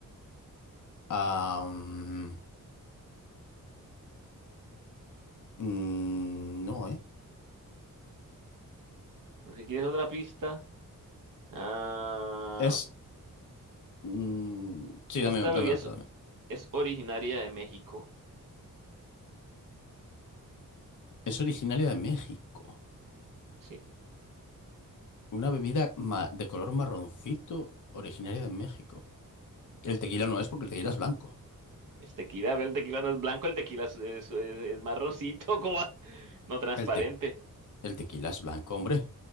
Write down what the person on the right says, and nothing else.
bueno, Si quieres otra pista. Ah,
esta
bebida
Es originaria de México.
Sí.
Es tequila. El tequila no es blanco, el tequila es, es- es- es marroncito, <laughs> como no transparente.